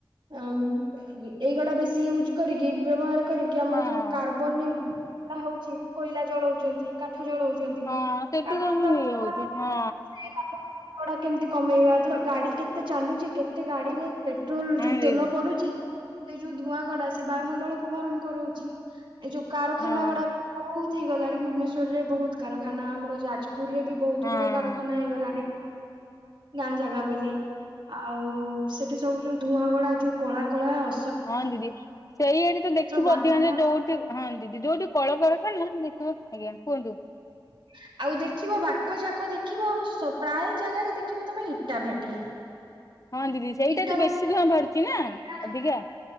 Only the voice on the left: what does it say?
ହଁ।
ହଁ ସେଠୁ
ତ ହିଁ
ଇଏ ହଉଛି
ହଁ
ହଁ
ଦିଦି
ହଁ।
ହଁ
ହଁ ଦିଦି ସେଇଆଠି ତ ଦେଖିବ
ଅଧିକା ଯୋଉଠି ହଁ ଦିଦି ଯୋଉଠି କଳକାରଖାନା ଦେଖିବ ଆଜ୍ଞା କୁହନ୍ତୁ।
ହଁ ଦିଦି ସେଇଟା
ତ
ବେଶୀ ଧୁଆଁ ବାହାରୁଛି ନା
ଅଧିକା